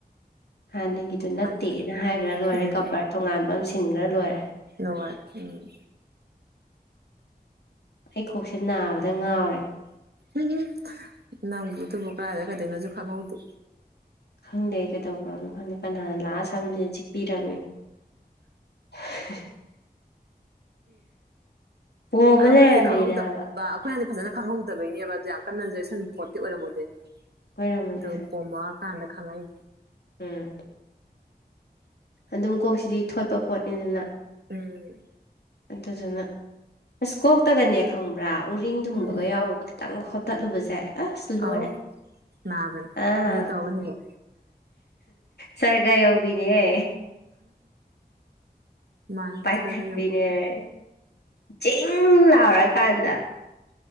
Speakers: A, on the left; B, on the right.
A: ꯍꯥꯟꯅꯒꯤꯗꯨ ꯅꯠꯇꯦꯅ
B: ꯖꯥꯠ
A: ꯍꯥꯏꯈ꯭ꯔ ꯂꯣꯏꯔꯦ
B: ꯎꯝ
A: ꯀꯕꯔ ꯇꯣꯉꯥꯟꯕ ꯑꯃ ꯁꯤꯟꯈ꯭ꯔ ꯂꯣꯏꯔꯦ
B: ꯎꯝ
A: ꯑꯩ ꯀꯣꯛꯁꯦ ꯅꯥꯕꯗ ꯉꯥꯎꯔꯦ
B: ꯎꯝ ꯅꯪꯕꯨ ꯑꯗꯨꯕꯨ ꯀꯗꯥꯥꯏꯗ ꯀꯩꯗꯣꯏꯅꯣꯖꯨ ꯈꯪꯍꯧꯗꯦ
A: ꯈꯪꯗꯦ ꯀꯩꯗꯧꯈ꯭ꯔꯕꯅꯣ ꯈꯪꯗꯦ ꯀꯅꯥꯅ ꯂꯥꯛꯑꯒ ꯁꯝꯖꯦ ꯆꯤꯛꯄꯤꯔꯝꯃꯤ <unintelligible> ꯄꯣꯝꯃ
B: ꯑꯗꯣ ꯑꯩꯈꯣꯏꯅꯗꯤ
A: ꯂꯩꯔꯝꯃꯤꯅꯦ
B: ꯈꯪꯍꯧꯗꯕ
A: ꯍꯥꯏꯕ
B: ꯑꯩꯈꯣꯏ ꯍꯥꯟꯅ ꯐꯖꯅ ꯈꯪꯍꯧꯗꯕꯩꯅꯦꯕ ꯑꯗꯣ ꯌꯥꯝ ꯀꯟꯅ ꯂꯩꯁꯟꯕ ꯄꯣꯠꯇꯤ ꯑꯣꯏꯔꯝꯃꯣꯏ ꯗꯣꯏꯅꯤ
A: ꯑꯣꯏꯔꯝꯃꯣꯏ
B: ꯑꯗꯨ
A: ꯀꯩꯁꯨ
B: ꯄꯣꯃꯛ ꯀꯥꯟꯗ ꯈꯪꯉꯛꯏꯗꯦ
A: ꯎꯝ ꯑꯗꯨꯝ ꯀꯣꯛꯁꯤꯗꯤ ꯊꯣꯠꯄ ꯄꯣꯠꯅꯤꯗꯅ
B: ꯎꯝ
A: ꯑꯗꯨꯗꯨꯅ ꯑꯁ ꯀꯣꯛꯇꯒꯅꯦ ꯈꯪꯕ꯭ꯔꯥ ꯎꯔꯤꯡ ꯊꯨꯡꯕꯒ
B: ꯎꯝ
A: ꯌꯥꯎꯕꯗ ꯈꯤꯇꯪ ꯍꯣꯠꯇꯠꯂꯨꯕꯖꯦ ꯑꯁ ꯂꯣꯏꯔꯦ
B: ꯑꯥꯎ ꯅꯥꯕꯅꯦ
A: ꯑꯥ
B: ꯑꯗꯨ ꯇꯧꯕ ꯍꯦꯛ
A: ꯁꯔꯒ ꯌꯧꯕꯤꯅꯦꯍ
B: ꯃꯥꯟꯁꯒꯗ
A: ꯄꯥꯏꯈꯠꯄꯤꯅꯦ ꯆꯤꯡ ꯂꯥꯎꯔꯀꯥꯟꯗ